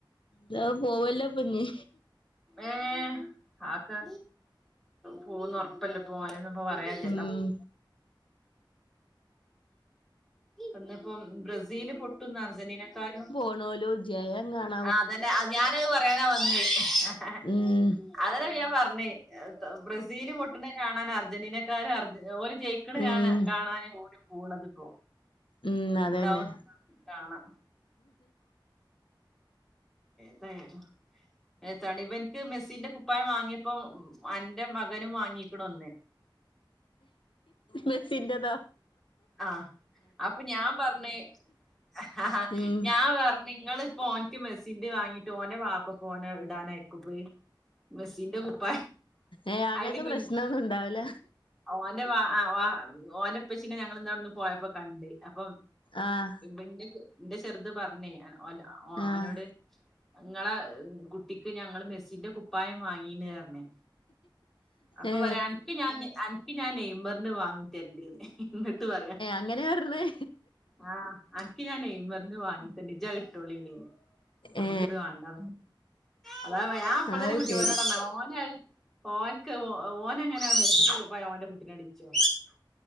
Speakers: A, on the left; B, in the centre.
A: താ പോവല്ലപ്പഞ്ഞി
B: ഏ ആക്ക് പോന്ന് ഉറപ്പല്ല പോനൊന്ന ഇപ്പൊ പറയല്ലല്ലോ
A: ഉം
B: ഒന്നിപ്പം ബ്രസീല് പൊട്ടുന്ന അർജന്റീനക്കാരും
A: ണോലോ ജയം കാണ
B: ആ അതന്നെ ഞാന പറയാനാ വന്ന് <inaudible>
A: ഉം
B: അതന്നെപ്പോ ഞാൻ പറഞ്ഞേ ബ്രസീല് പൊട്ടുന്ന കാണാൻ അർജന്റീനക്കാര അർജ ഓലെ ജയിക്കണ
A: ഉം
B: ഞാൻ കാണാന് ഓല് പോണത് ഇപ്പോ
A: ഉം അതന്നെ
B: എന്താവും കാണാം തയരുന്നു ഏത്താണ് ഇവൻക്ക് മെസ്സിന്റെ കുപ്പായം വാങ്ങിയപ്പോം എന്റെ മകനും വാങ്ങിക്കണ ഒന്നേ
A: മെസിൻന്റെതോ
B: ആഹ അപ്പൊ ഞാൻ പറഞ്ഞഞ് ആ ഹ ആ
A: ഉം
B: ഞാൻ പറഞ്ഞ നിങ്ങള് ഫോനക്ക് മെസ്സിന്റ് വാങ്ങീട്ട് ഓന്റെ പാപ്പ ഫന ഇടാനൻായിക്കു പോയി മെസ്സിന്റെ കുപ്പ
A: ഏ അങ്ങനത്തെ
B: അയല കുഞ്
A: പ്രശ്നൊന്നും ഉണ്ടാവൂല
B: ഓന്റെ വ ഓനപ്പച്ചിനെ ഞങ്ങൾ ഇന്നോവിടെന്ന് പോയപ്പോ കണ്ട് അപ്പ
A: ആഹ്
B: ഉന്റെ എന്റെ ചെറുത് പറഞ്ഞേ അവഓനോട്
A: ആഹ്
B: ങ്ങളെ കുട്ടിക്ക് ഞങ്ങള് മെസ്സിന്റെ കുപ്പായം വാങ്ങീണ് അർഞ്ഞ് അപ്പൊ
A: ഏ
B: പറയാ അനിക്ക് ഞാൻ എ ഞാൻ നെയ്മമ്പറിന് വാങ്ങി തരണ്ടന്ന് ഇങ്ങട്ട് പറയാം
A: ഇങ്ങനെ പറഞ്ഞേ
B: ആഹ് അൻക്ക് ഞാൻ നെയ്മറിന്ന് വാങ്ങിട്ട നിജ കിട്ടോളിനീന്ന് നമ്മുക്ക
A: ഏ
B: ഇത് വേണ്ടാ അതാ ൻ അപ്പഴത്തന്നെ
A: അത്
B: കുട്ടി
A: ശരി
B: പോനോട ഓന ഓനക്ക് ഓനങ്ങെ അങ്ങനെ മെച്ചപായം എന്റെ കുട്ടിനനെ അടിച്ചോ